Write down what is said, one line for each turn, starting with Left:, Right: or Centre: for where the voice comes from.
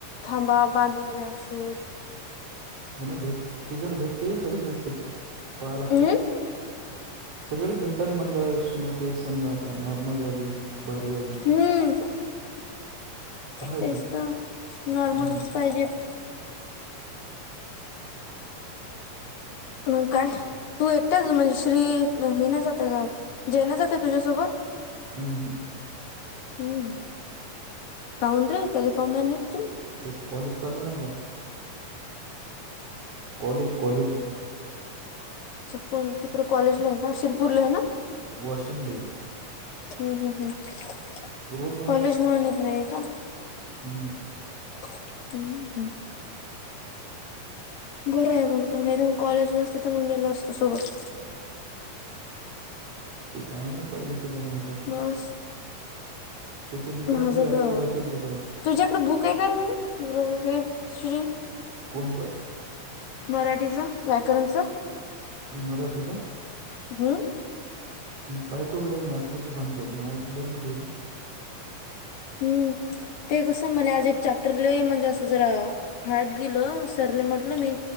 Left: थांबा. बांधून घ्या शूज
Right: हो ना भेट तिच्यावर भेटते सगळच भेटते तर. पहा लागतात.
Left: हम्म
Right: सगळेच भेटतात म्हणल शूलेस समजा आता नॉर्मलवाले, भारीवाले.
Left: हम्म
Right: पाहायचं
Left: तेच तर नॉर्मलच
Right: हम्म,
Left: पाहिजेत. मग काय तू एकटाच म्हणजे श्री हे नाही जाताय का जय नाही जात आहे तुझ्यासोबत?
Right: हम्म.
Left: हम्म. काउंन रे त्याला काउंन नाही नेत तू?
Right: त्याचं कॉलेज चालू नाही का कॉलेज कॉलेज
Left: शिरपुर तिकड कॉलेजला आहे का शिरपूरला आहे ना.
Right: वाशिमले
Left: हम्म हम्म हम्
Right: रोज
Left: कॉलेज मुळ नेत नाही का?
Right: हं.
Left: हम्म हम्म. बरं आहे मग त तर मग कॉलेज नसत तर मग नेलं असतं सोबत.
Right: ते काय माहीत बघेती काय नाही. आता ते.
Left: बस
Right: त्याचे मित्रं
Left: माझं
Right: ते अल्लग
Left: तर
Right: जातील कुठं
Left: तुझ्याकडे बुक आहे का रे हे श्री
Right: कोणचं?
Left: मराठीचं व्याकरणचं.
Right: मराठी का?
Left: <unintelligible>
Right: पाहि तोकडे मी असलं तर सांगतो मझ्याकडे लय मोठे आहे ते.
Left: हम्म ते कसं मला आज एक चॅप्टरले म्हणजे असं जरा हार्ड गिलो सरने म्हटलं मी